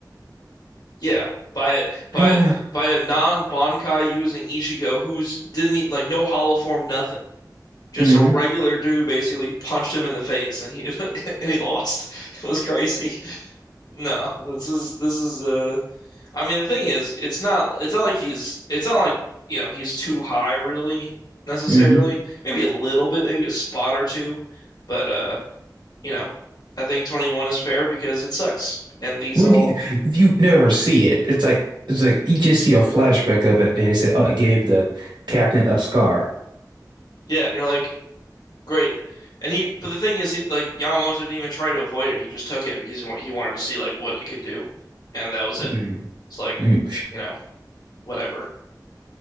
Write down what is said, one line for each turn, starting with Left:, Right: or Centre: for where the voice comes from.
Left: Yeah, by a by
Right: Uh,
Left: a By a non-Bankai using Ichigo, who's didn't e- like no hollow form, nothing. Just
Right: hmm
Left: a regular dude basically punched him in the face and he <laughs> and he lost. It was crazy. No, this is this is uh I mean the thing is it's not it's not like he's it's not like you know he's too high really necessarily.
Right: hmm
Left: Maybe a little bit, maybe a spot or two, but uh you know, I think 21 is fair because it sucks. And these
Right: When
Left: all
Right: do you, you never see it? It's like it's like you just see a flashback of it, and it said, "Oh, it gave the captain a scar."
Left: yeah, and you're like great. And he but the thing is he like Yamamoto didn't even try to avoid it. He just took it because he, wa- he wanted to see like what it could do and that was it.
Right: Mm,
Left: It's like,
Right: mm.
Left: you know, whatever.